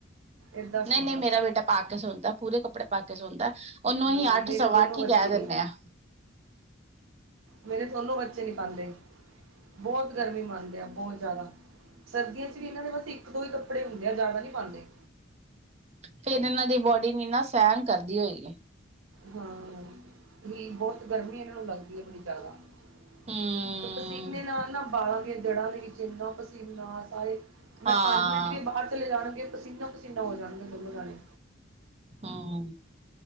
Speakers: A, on the right (about 80°); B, on the right (about 35°).
A: ਏਦਾਂ ਸੋਣਾ
B: ਨਹੀਂ, ਨਹੀਂ, ਮੇਰਾ ਬੇਟਾ ਪਾ ਕੇ ਸੌਂਦਾ, ਪੂਰੇ ਕੱਪੜੇ ਪਾ ਕੇ ਸੌਂਦਾ ਉਹਨੂੰ
A: ਨਾ,
B: ਅਸੀਂ ਅੱਠ
A: ਮੇਰੇ
B: ਸਵਾ
A: ਦੋਨੋ
B: ਅੱਠ ਹੀ
A: ਬੱਚੇ
B: ਕਹਿ ਦਿੰਦੇ
A: ਨੀ।
B: ਹਾਂ
A: ਮੇਰੇ ਦੋਨੋ ਬੱਚੇ ਨਹੀਂ ਪਾਂਦੇ, ਬਹੁਤ ਗਰਮੀ ਮਾਰ ਦੇ ਆ, ਬਹੁਤ ਜਾਦਾ। ਸਰਦੀਆਂ ਚ ਵੀ, ਇਹਨਾਂ ਦੇ ਬਸ ਇੱਕ ਦੋ ਹੀ ਕੱਪੜੇ ਹੁੰਦੇ ਆ, ਜ਼ਿਆਦਾ ਨਹੀਂ ਪਾਂਦੇ।
B: ਫੇਰ ਇਹਨਾਂ ਦੀ ਬੋਡੀ ਨੀ ਨਾ ਸਹਿਣ ਕਰਦੀ ਹੋਏਗੀ।
A: ਹਾਂ, ਵੀ ਬਹੁਤ ਗਰਮੀ ਇਹਨਾਂ ਨੂੰ ਲੱਗਦੀ। <inaudible>
B: ਹਮ
A: ਤੇ ਪਸੀਨੇ ਨਾਲ ਨਾ ਬਾਲਾਂ ਦੀਆਂ ਜੜਾ ਦੇ ਵਿੱਚ ਇੰਨਾ ਪਸੀਨ ਸਾਰੀ ਮੈਂ
B: ਹਾਂ
A: ਪੰਜ ਮਿੰਟ ਦੀ ਬਾਹਰ ਚਲੇ ਜਾਣਗੇ ਪਸੀਨਾ- ਪਸੀਨਾ ਹੋ ਜਾਣਗੇ ਦੋਨੋ ਜਾਣੇ।
B: ਹਾਂ,